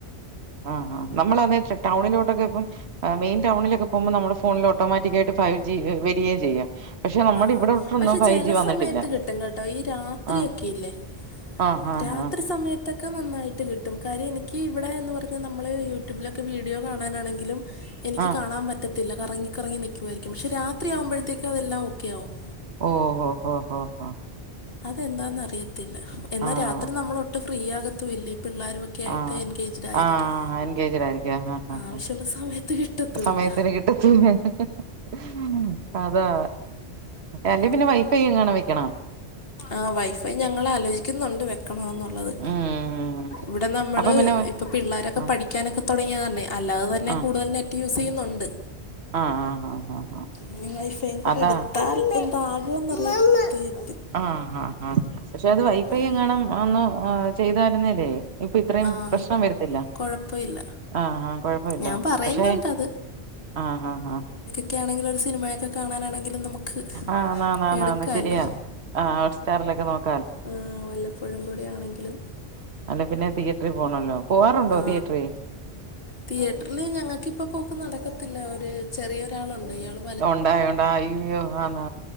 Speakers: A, on the right; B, on the left.
A: ആഹ് ആഹ്, നമ്മൾ അന്ന് ടൗണിലോട്ടൊക്കെ ഇപ്പം ആഹ് മെയിൻ ടൗണിലൊക്കെ പോകുമ്പോ നമ്മള ഫോണില് ഓട്ടോമാറ്റിക്കായിട്ട് ഫൈവ്ജി വരികയാ ചെയ്യ പക്ഷെ നമ്മുടെ
B: ആ
A: ഇവിടെട്തൊന്നും
B: പക്ഷെ
A: ഫൈവ്ജി
B: ചില
A: വന്നിട്ടില്ല
B: സമയത്ത് കിട്ടും കേട്ടോ ഈ രാത്രിയൊക്കെ
A: ആഹ്
B: ഇല്ലേ
A: ആഹ് ആഹ്
B: രാത്രി
A: ആഹ്
B: സമയ തൊക്കെ നന്നായിട്ട് കിട്ടും, കാരണം എനിക്ക് ഇവിടെ എന്ന് പറഞ്ഞാൽ നമ്മള് യൂട്യൂബിലൊക്കെ വീഡിയോ കാണാനാണെങ്കിലും എനിക്ക്
A: ആഹ്
B: കാണാൻ പറ്റത്തില്ല കറങ്ങിക്കറങ്ങി നിക്കുവായിരിക്കും പക്ഷേ രാത്രി ആവുമ്പോഴത്തേക്ക് അതെല്ലാം ഓക്കെ ആവും
A: ഓ ഹോ ഹൊ ഓ ഓ
B: അതെന്താന്ന് അറിയത്തില്ല എന്നാ
A: ആഹ്
B: രാത്രി നമ്മൾ ഒട്ടുംഫ്രീ ആകത്തൂല്ലഇ പിള്ളാരും ക്കെ ആയിട്ട്
A: ആഹ്
B: എൻഗേജ്ഡ് ആയിരിക്കും
A: ആഹ് എൻഗേജ്ഡ് ആയിരിക്കും ആഹ് ആഹ്
B: ആവശ്യമുള്ള സമയത്ത് കിട്ടത്തൂല്ല
A: സമയത്തിന് <unintelligible> അതാ അല്ലേ
B: ഇല്ലെടി
A: പിന്നെ വൈഫൈ എങ്ങാനും വെക്കണം
B: ആ വൈഫൈ ഞങ്ങളാലോചിക്കുന്നുണ്ട് വെ ക്കണോന്നുള്ളത്.
A: ഉം
B: ഇവിടെ നമ്മള്
A: അപ്പൊ പിന്നെ
B: ഇപ്പോ പിള്ളോരൊക്കെ
A: ആ
B: പഠിക്കാനൊക്കെ തുടങ്ങിയല്ലെ അല്ലാതെ തന്നെ
A: ആ
B: കൂടുതൽ നെറ്റ് യൂസ് ചെയ്യുന്നുണ്ട്
A: ആ ആ ആ ആ ആ
B: ഇനി വൈഫയും കൂടെ
A: അതാ
B: എടുത്താൽ പി - ഇപ്പ അക്കോ <unintelligible>
A: ആ ആഹ അ പക്ഷെ അത് വൈഫൈ
B: അങ്ങനെ
A: എങ്ങാനും ഒന്ന് ചെയ്തായിരുന്നില്ലേ ഇപ്പൊ ഇത്രയും
B: ആ
A: പ്രശ്നം വരത്തില്ല.
B: കുഴപ്പമില്ല
A: ആഹ് ആ കൊഴപ്പമില്ല
B: ഞാൻ പറയുന്നുണ്ട്
A: പക്ഷേ ആ ഹ ആ
B: ക്കെ ആണങ്കില് ഒരു സിനമയൊക്കെ കാണാനാണെലും നമുക്ക്
A: ആഹ് ന്നാ
B: എടുക്കാമല്ലോ
A: ന്നാ ശരിയാഅ ഹോട്ട് സ്റ്റാറിലൊക്കെ നോക്
B: ഹ് വല്ലപ്പോഴും കൂടെ ആണെങ്കിലും
A: അല്ല പിന്നെ തിയേറ്ററിൽ പോണോലോ പോവാറുണ്ടോ
B: ആ
A: തിയേറ്ററി
B: തിയേറ്ററിൽ ഞങ്ങൾക്കിപ്പോ പോക്ക് നടക്കത്തില്ല ഒരു ചെറിയൊരാളുണ്ട് ഇയാള്
A: ഉണ്ടായിണ്ടാഓ അഹോ ആനെ